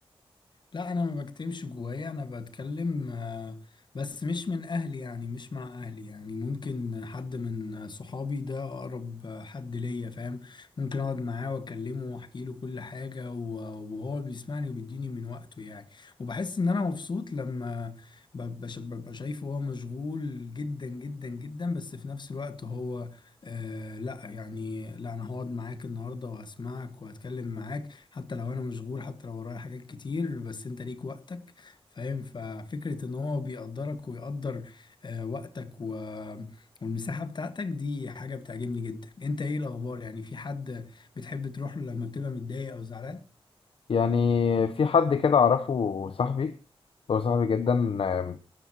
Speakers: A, on the left; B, on the left.
A: لا انا ما بكتمش جوايا انا بتكلم آه، بس مش من اهلي يعني مش مع اهلي يعني ممكن حد من صحابي ده اقرب حد ليا فاهم ممكن اقعد معاه واكلمه واحكي له كل حاجة و- وهو بيسمعني وبيديني من وقته يعني وبحس ان انا مبسوط لما ب- بش- ببقى شايفه هو مشغول جدا جدا جدا بس في نفس الوقت هو آه لا يعني لا انا هقعد معاك النهارده وهسمعك وهتكلم معاك حتى لو انا مشغول حتى لو ورايا حاجات كتير بس انت ليك وقتك فاهم ففكرة ان هو بيقدرك ويقدر آه، وقتك و... والمساحة بتاعتك دي حاجة بتعجبني جدا انت ايه الاخبار يعني في حد بتحب تروح له لما بتبقى متضايق او زعلان
B: يعني في حد كده أعرفه صاحبي هو صاحبي جدا آم،